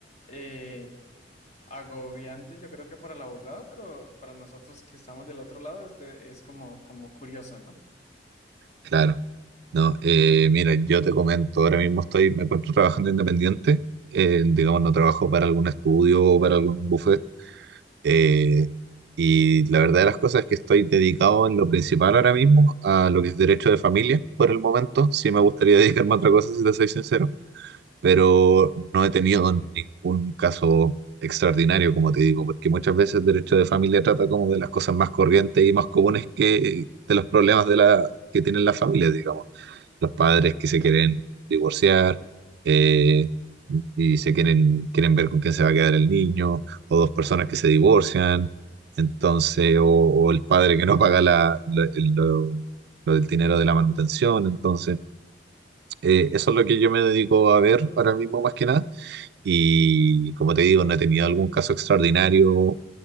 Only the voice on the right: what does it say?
claro. No, eh, mira, yo te comento, ahora mismo estoy, me encuentro trabajando independiente, eh, digamos, no trabajo para algún estudio o para algún bufete Eh, y la verdad de las cosas es que estoy dedicado en lo principal ahora mismo a lo que es derecho de familia por el momento. Sí me gustaría <laughs> dedicarme a otra cosa, si te soy sincero, pero no he tenido ningún caso extraordinario, como te digo, porque muchas veces el derecho de familia trata como de las cosas más corrientes y más comunes que de los problemas de la, que tienen las familias, digamos los padres que se quieren divorciar eh, y se quieren, quieren ver con quién se va a quedar el niño, o dos personas que se divorcian, entonces, o, o el padre que no paga la, la- el- lo, lo del dinero de la manutención, entonces, eh, eso es lo que yo me dedico a ver ahora mismo más que nada, y como te digo, no he tenido algún caso extraordinario